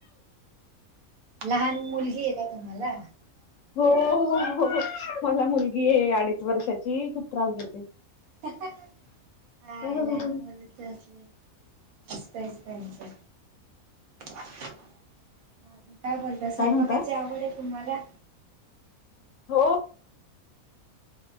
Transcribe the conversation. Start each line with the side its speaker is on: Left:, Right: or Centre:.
Right: लहान मुलगी हेका तुम्हाला?
Left: हो हो हो मला मुलगीय अडीच वर्षाची खूप त्रास देते
Right: हा
Left: काय
Right: लहान मुलच असले असतयचं त्यांचं मग अजून काय बोल स्वयपाकायची
Left: म्हणता?
Right: आवडेय तुम्हाला?
Left: हो